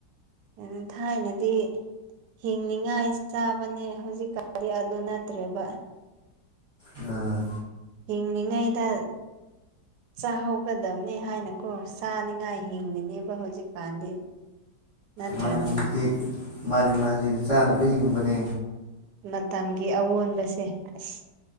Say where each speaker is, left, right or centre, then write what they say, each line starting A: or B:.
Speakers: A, on the right; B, on the right.
A: ꯑꯝ ꯊꯥꯏꯅꯗꯤ ꯍꯤꯡꯅꯤꯡꯉꯥꯏ ꯆꯥꯕꯅꯦ ꯍꯧꯖꯤꯛꯀꯥꯟꯗꯤ ꯑꯗꯨ ꯅꯠꯇ꯭ꯔꯦꯕ
B: ꯑꯥ
A: ꯌꯦꯡꯂꯤꯉꯩꯗ ꯆꯥꯍꯧꯒꯗꯝꯅꯤ ꯍꯥꯏꯅꯀꯣ ꯆꯅꯤꯡꯉꯥꯏ ꯍꯤꯡꯉꯤꯅꯦꯕ ꯍꯧꯖꯤꯛꯀꯥꯟꯗꯤ ꯅꯠꯇ꯭ꯔꯅꯦ
B: ꯃꯥꯅꯦ ꯍꯨꯖꯤꯛꯇꯤ ꯃꯥꯅꯦ ꯃꯥ ꯖꯤꯛꯇꯤ ꯆꯥꯅꯕ ꯍꯤꯡꯕꯅꯦ
A: ꯃꯇꯝꯒꯤ ꯑꯑꯣꯟꯕꯁꯦ ꯑꯁ